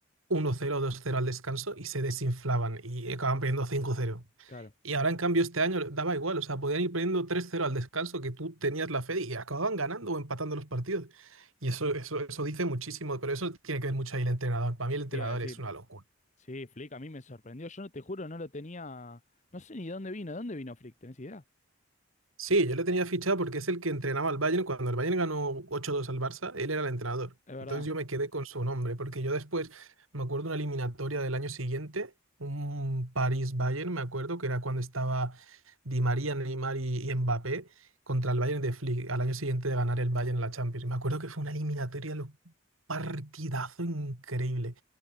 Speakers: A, on the right; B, on the left.
A: uno cero dos cero al descanso y se desinflaban y acababan perdiendo cinco cero
B: claro,
A: Y ahora en cambio este año daba igual, o sea, podían ir perdiendo tres cero al descanso que tú tenías la fe y acababan ganando o empatando los partidos. Y eso, eso, eso dice muchísimo, pero eso tiene que ver mucho ahí el entrenador. Para mí el entrenador
B: te iba a decir.
A: es una locura.
B: Sí, Flick a mí me sorprendió. Yo no te juro, no lo tenía. No sé ni dónde vino. ¿De dónde vino Flick? ¿Tenés idea?
A: Sí, yo le tenía fichado porque es el que entrenaba al Bayern cuando el Bayern ganó 8-2 al Barça, él era el entrenador.
B: Es verdad.
A: Entonces yo me quedé con su nombre, porque yo después me acuerdo una eliminatoria del año siguiente, un París-Bayern, me acuerdo que era cuando estaba Di María, Neymar y, y Mbappé contra el Bayern de Flick, al año siguiente de ganar el Bayern la Champions. Me acuerdo que fue una eliminatoria, lo- partidazo increíble.